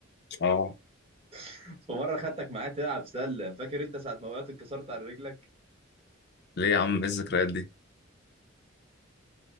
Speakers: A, on the left (about 55°); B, on the right (about 30°).
A: اه
B: <laughs> فمره خدتك معايا تلعب سله فاكر انت ساعه ما وقعت اتكسرت على رجلك
A: ليه يا عم ايه الذكريات دي